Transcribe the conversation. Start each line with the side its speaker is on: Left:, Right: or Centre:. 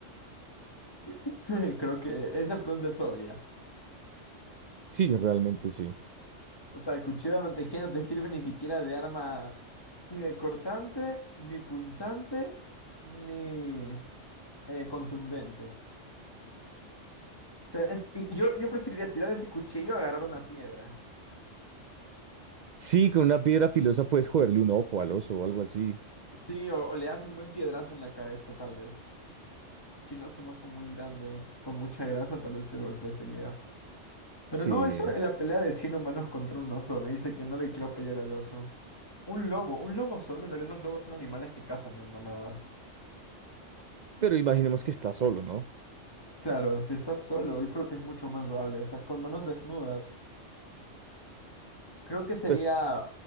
Left: <laughs> Creo que esa pregunta es obvia.
Right: Sí, realmente sí.
Left: O sea, el cuchillo de mantequilla no te sirve ni siquiera de arma, ni de cortante, ni punzante, ni eh, contundente. O sea, es- y yo, yo preferiría tirar ese cuchillo a agarrar una piedra.
Right: Sí, con una piedra filosa puedes joderle un ojo al oso o algo así.
Left: Sí, o, o le das un buen piedrazo en la cabeza, tal vez. Si no es un oso muy grande, con mucha grasa, tal vez el golpe se lleva. Pero
Right: Sí,
Left: no, eso es la pelea de 100 humanos contra un oso. Me dice que no le quiero pelear al oso. Un lobo, un lobo solo. En realidad los lobos son animales que cazan en manadas.
Right: pero imaginemos que está solo, ¿no?
Left: Claro, si estás solo, yo creo que es mucho más doable, o sea, con manos desnudas. Creo que sería,
Right: Pues